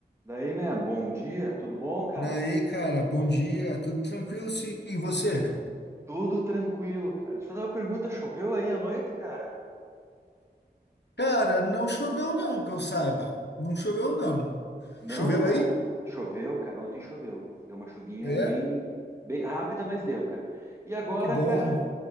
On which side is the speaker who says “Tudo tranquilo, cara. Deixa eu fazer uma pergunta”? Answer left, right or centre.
Right